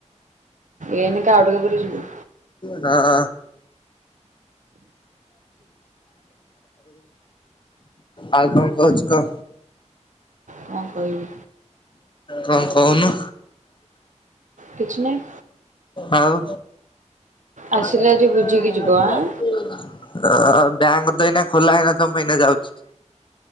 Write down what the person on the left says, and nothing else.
ହଁ। ଆଉ ଆଉ କଣ କହୁଛୁ କହ?
କଣ କହୁନୁ?
ଆଉ
ଅ
ବ୍ୟାଙ୍କ ତ ଏଇନା ଖୋଲା ହେଇନଥିବ ମୁ ଏଇନା ଯାଉଛି।